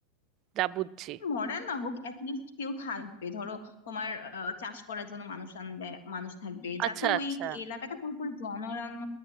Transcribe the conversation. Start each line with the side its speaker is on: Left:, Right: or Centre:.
Right: যা বুঝছি
Left: মরা না হোক লিস্ট কেউ থাকবে ধরো তোমার আহ, চাষ করার জন্য মানুষ আনবে মানুষ থাকবে
Right: আচ্ছা
Left: যাতে ওই
Right: আচ্ছা
Left: এলাকাটা পুরোপুরি জনরান্য